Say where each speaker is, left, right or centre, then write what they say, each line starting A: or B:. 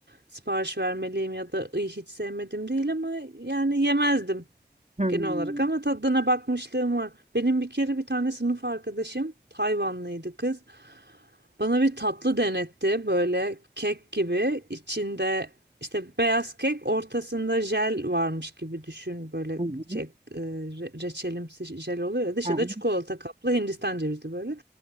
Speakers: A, on the right; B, on the right.
A: sipariş vermeliyim ya da "Iy, hiç sevmedim değil ama yani yemezdim
B: hmm.
A: genel olarak ama tadına bakmışlığım var. Benim bir kere bir tane sınıf arkadaşım Tayvanlıydı kız. Bana bir tatlı denetti böyle kek gibi içinde işte beyaz kek ortasında jel varmış gibi düşün böyle
B: Hı hı,
A: şey e, re- reçelimsi jel oluyor ya dışı
B: hı hı.
A: da çikolata kaplı Hindistan cevizli böyle.